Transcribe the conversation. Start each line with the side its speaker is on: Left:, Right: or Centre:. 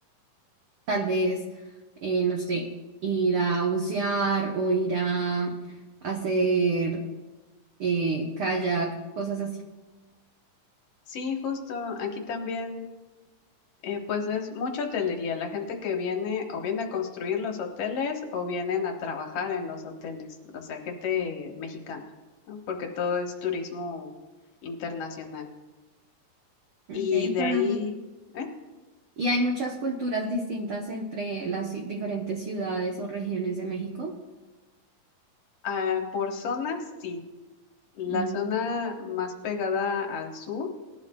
Right: Tal vez, eh, no sé, ir a bucear o ir a hacer eh, kayak, cosas así.
Left: Sí, justo aquí también, eh, pues es mucha hotelería. La gente que viene o viene a construir los hoteles o vienen a trabajar en los hoteles, o sea, gente mexicana, ¿no? Porque todo es turismo internacional.
Right: Ok,
Left: Y
Right: y
Left: de
Right: conoces.
Left: ahí, ¿eh?
Right: Y hay muchas culturas distintas entre las ci- diferentes ciudades o regiones de México.
Left: Ah, por zonas, sí. La
Right: Mm.
Left: zona más pegada al sur